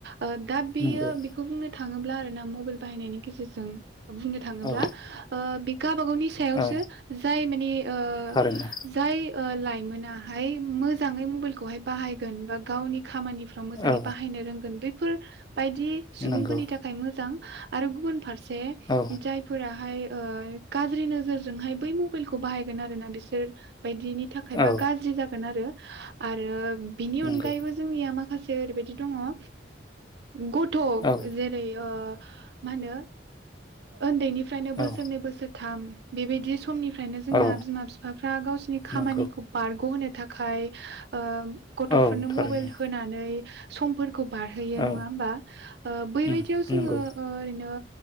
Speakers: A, on the right; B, on the left.
A: ओ दा बेयो
B: नंगौ
A: बेखौ बुंनो थां- थाङोब्ला आरो ना मबाइल बाहायनायनि गे - रजों बुंनो थाङोब्ला
B: औ
A: ओ बि गाबागावनि सायावसो
B: औ
A: जाय माने ओ
B: थारैनो
A: जाय। लाइमोनाहाय मोजाङै मबाइलखौहाय बाहायगोन बा गावनि खामानिफ्राव मोजाङै
B: औ
A: बाहायनो रोंगोन बे- फोर- बायदि सुबुंफोरनि
B: नंगौ
A: थाखाय मोजां। आरो गुबुन- <unintelligible> जायफोराहाय
B: औ
A: ओ गाज्रि नोजोरजोंहाय बै मबाइलखौ बाहायगोन आरो ना बिसोर। बायदिनि थाखायबा
B: औ
A: गाज्रि जागोन आरो आरो बेनि
B: नंगौ
A: अनगायैबो जोंनिया मा - माखासे ओरैबायदि दङ ओ गथ'
B: औ
A: जेरै ओ मा होनो उन्दैनि फ्रायनो बोसोरनै
B: औ
A: बोसोरथाम बेबायदि समनि फ्रायनो जोंना
B: औ
A: बिमा बिफाफ्रा गावसिनि खामानिखौ
B: नंगौ
A: बारग'होनो- थाखाय ओ गथ'फोरनो
B: औ थारैनो
A: मबाइल होनानै। समफोर- खौ बारहोयो
B: औ
A: नङा होमबा बैबायदियाव
B: उम
A: जोङो
B: नंगौ
A: ओरैनो